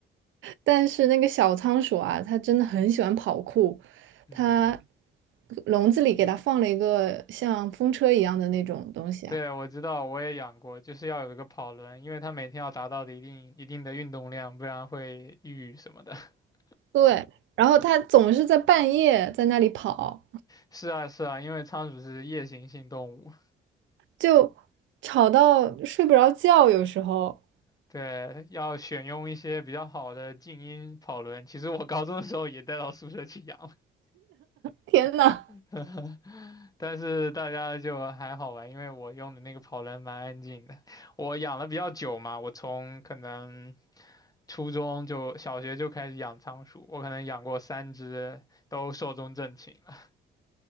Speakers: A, on the right (about 75°); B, on the left (about 20°).
A: 但是那个小仓鼠啊，它真的很喜欢跑酷，
B: 嗯，
A: 它笼子里给它放了一个像风车一样的那种东西啊，
B: 对，我知道，我也养过，就是要有一个跑轮，因为它每天要达到的一定一定的运动量，不然会抑郁什么的。<laughs>
A: 对，然后它总是在半夜在那里跑。
B: 是啊，是啊，因为仓鼠是夜行性动物。
A: 就吵到睡不着觉，有时候，
B: 对，要选用一些比较好的静音跑轮。其实我高中的时候也带到宿舍去养，
A: 天呐，
B: <laughs> 但是大家就还好吧，因为我用的那个跑轮蛮安静的。我养了比较久嘛，我从可能初中就小学就开始养仓鼠，我可能养过三只，都寿终正寝了。